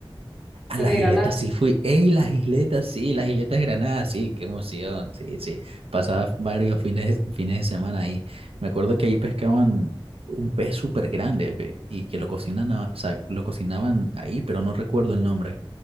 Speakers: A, on the right; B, in the centre.
A: a
B: la
A: las
B: de Granada.
A: isletas sí fui, ¡ey, las isletas sí, las isletas de Granada, sí, qué emoción, sí, sí, pasaba varios fines, fines de semana ahí, me acuerdo que allí pescaban un pez súper grande y que lo cocinan, a- o sea, lo cocinaban ahí, pero no recuerdo el nombre.